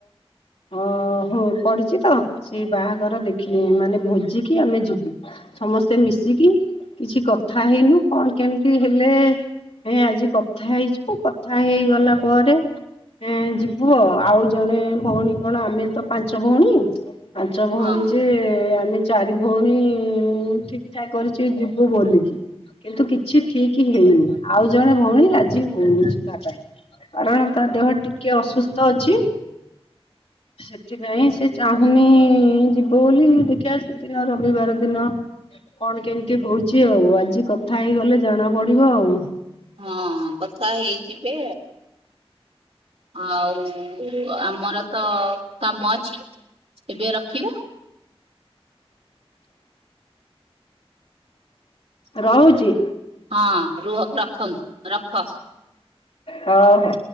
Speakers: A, on the left; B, on the right.
A: ଓ ହ ପଡିଛି ତ ସେଇ ବାହାଘର ଦେଖି ମାନେ ଭୋଜିିକି ଆମେ ଯିବୁ। ସମସ୍ତେ ମିଶିକି କିଛି କଥା ହେଇନୁ କଣ କେମିତି ହେଲେ ଏ ଆଜି କଥା ହେଇଯିବୁ କଥା ହେଇଗଲା ପରେ ଏ ଯିବୁ ଆଉ ଜଣେ ଭଉଣୀ କଣ ଆମେ ତ ପାଞ୍ଚ ଭଉଣୀ ପାଞ୍ଚ ଭଉଣୀ
B: ହଁ
A: ଯେ ଆମେ ଚାରି ଭଉଣୀ ଠିକ ଠାକ୍ କରିଛି ଯିବୁ ବୋଲିକି। କିନ୍ତୁ କିଛି ଠିକ୍ ହେଇନି ଆଉ ଜଣେ ଭଉଣୀ ରାଜି ହଉନି ଯିବା ପାଇଁ। କାରଣ ତା ଦେହ ଟିକେ ଅସୁସ୍ଥ ଅଛି। ସେଥିପାଇଁ ସେ ଚାହୁଁନି ଯିବ ବୋଲି ଦେଖିବା ସେଦିନ ରବିବାର ଦିନ। କଣ କେମିତି ହଉଛି ଆଉ ଆଜି କଥା ହେଇଗଲେ ଜଣା ପଡିବ ଆଉ।
B: ହଁ, କଥା ହେଇଯିବେ। ଆଉ ଆମର ତ କାମ ଅଛି ଏବେ ରଖିବା।
A: ରହୁଛି।
B: ହଁରୁହ, ରଖନ୍ତୁ, ରଖ।
A: ଓ ହୋ।